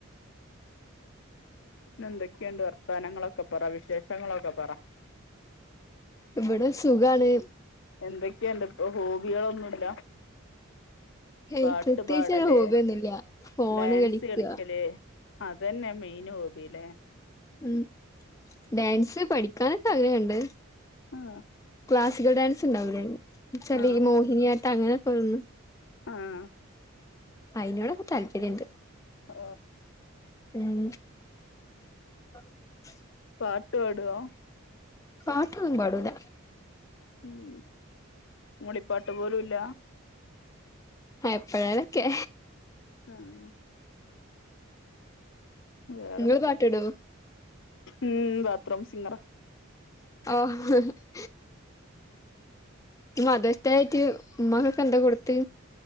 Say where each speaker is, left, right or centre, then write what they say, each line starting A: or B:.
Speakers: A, on the left; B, on the left.
A: പിന്നെ എന്തൊക്കെയുണ്ട് വർത്താനങ്ങളൊക്കെ പറ വിശേഷങ്ങളൊക്കെ പറ
B: ഇവിടെ സുഖാണ്
A: എന്തൊക്കെ ഉണ്ട് ഇപ്പൊ ഹോബികളൊന്നും ഇല്ല
B: ഏയ്
A: പാട്ട്
B: പ്രത്യേകിച്ച്
A: പാടല്
B: ഒരു ഹോബിയൊന്നുല്ല ഫോണ്
A: ഡാൻസ്
B: കളിക്ക
A: കളിക്കല് അതന്നെ മെയിൻ ഹോബില്ലേ
B: ഉം ഡാൻസ് പഠിക്കാനൊക്കെ ആഗ്രഹം ഉണ്ട്
A: ആഹ്
B: ക്ലാസിക്കൽ ഡാൻസ്ണ്ടാവില്ലന്ന് എന്ന് വച്ചാ
A: ആഹ്
B: ഈ മോഹിനിയാട്ട അങ്ങനൊക്കെ ഒന്ന്
A: ആഹ്
B: അയിനോടൊക്കെ താല്പര്യം ഉണ്ട്
A: ഓ
B: ഉം <inaudible>
A: പാട്ട് പാടുമോ
B: പാട്ടൊന്നും പാടൂല
A: ഉം മൂളിപ്പാട്ട് പോലും ഇല്ല
B: എപ്പഴേലൊക്കെ
A: ആഹ് വേറെ
B: നിങ്ങള് പാട്ട് പാടുവോ
A: ഉം ബാത്റൂം സിംഗറാ
B: <unintelligible> ഇന്ന് മദേഴ്സ് ഡേ ആയിട്ട് ഉമ്മാക്കൊക്കെ എന്തോ കൊടുത്ത്